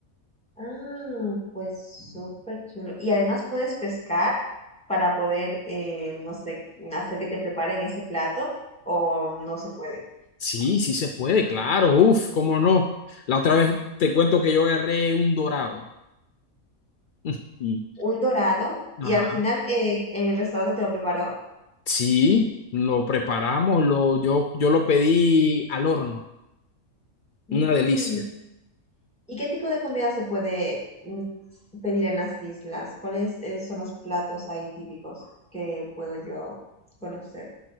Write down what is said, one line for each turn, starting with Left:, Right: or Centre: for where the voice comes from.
Centre: Ah, pues súper chulo. Y además puedes pescar para poder, eh, no sé, hacer que te preparen ese plato o no se puede.
Left: Sí, sí se puede, claro, uf, cómo no. La otra vez te cuento que yo agarré un dorado. <laughs> Y-
Centre: un dorado y
Left: Ajá.
Centre: al final eh, el restaurante te lo preparó.
Left: Sí, lo preparamos, lo, yo, yo lo pedí al horno,
Centre: Mm,
Left: una delicia.
Centre: ¿Y qué tipo de comida se puede mm, pedir en las islas? ¿Cuáles eh, son los platos ahí típicos que puedo yo conocer?